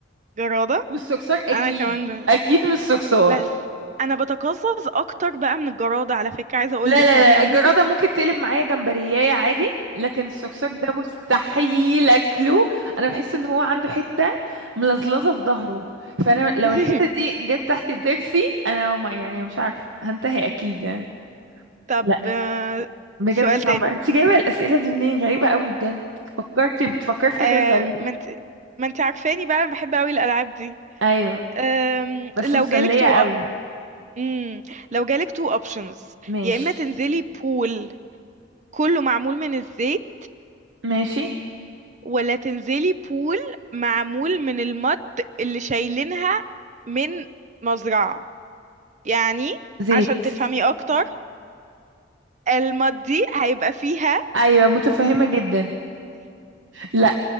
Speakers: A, on the right (about 40°); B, on the right (about 80°).
A: جرادة
B: مش سكسار أكيد
A: انا كمان
B: أكيد مش سكسار
A: بس انا بتقزز اكتر بقى من الجرادة على فكرة عايزة اقولك
B: لا لا
A: يعني أنا
B: لا الجرادة
A: ممكن
B: ممكن تقلب معايا جمبرياية عادي لكن الصرصار ده مستحيل اكله انا بحس ان هو عنده حتة ملزلزة في ظهره فانا لو
A: <laughs>
B: الحتة دي جت تحت ضرسي انا ما يعني مش عارفة هنتهي اكيد يعني
A: طب
B: لا
A: آه،
B: بجد
A: سؤال
B: صعبة
A: تاني
B: انت جايبة الاسئلة دي منين غريبة قوي بجد فكرتي بتفكري في حاجات
A: آه،
B: غريبة
A: ما انت ما انت عارفاني بقى انا بحب قوي الالعاب دي
B: ايوه
A: آم،
B: بس
A: لو
B: مسلية
A: جالك تو
B: قوي
A: مم، لو جالك تو اوبشنز
B: ماشي
A: يا اما تنزلي بول كله معمول من الزيت
B: ماشي
A: ولا تنزلي بول معمول من المد اللي شايلينها من مزرعة يعني
B: زيت
A: عشان تفهمي اكتر المضي هيبقى فيها
B: ايوه متفهمة جدا لا